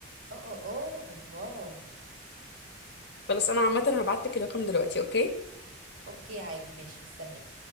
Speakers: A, on the right; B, on the left.
A: اه اه اه واو
B: خلاص انا عامه هبعت لك الرقم دلوقتي اوكي
A: اوكي عادي ماشي مستنيك